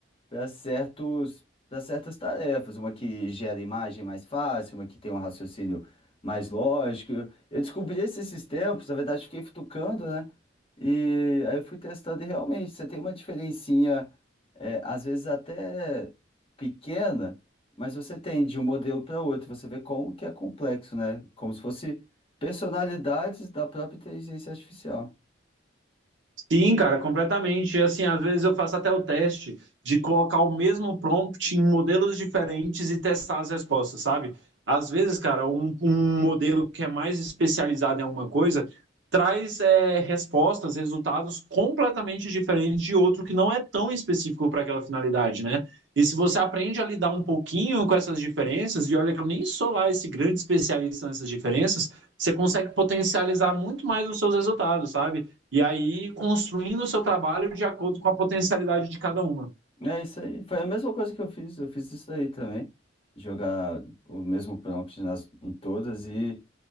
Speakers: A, on the left; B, on the right.
A: para certos, para certas tarefas, uma que gera imagem mais fácil, uma que tem um raciocínio mais lógico. Eu descobri esse esses tempos, na verdade, fiquei futucando, né? E aí eu fui testando e realmente você tem uma diferencinha, é, às vezes até pequena, mas você tem de um modelo para outro, você vê como que é complexo, né? Como se fosse personalidades da própria inteligência artificial.
B: Sim, cara, completamente. E, Assim, às vezes eu faço até o teste de colocar o mesmo prompt em modelos diferentes e testar as respostas, sabe? Às vezes, cara, um, um modelo que é mais especializado em alguma coisa traz é, respostas, resultados completamente diferentes de outro que não é tão específico para aquela finalidade, né? E se você aprende a lidar um pouquinho com essas diferenças, e olha que eu nem sou lá esse grande especialista nessas diferenças, você consegue potencializar muito mais os seus resultados, sabe? e aí construindo o seu trabalho de acordo com a potencialidade de cada uma.
A: É isso aí. Foi a mesma coisa que eu fiz. Eu fiz isso daí também. Jogar o mesmo prompt nas, em todas e,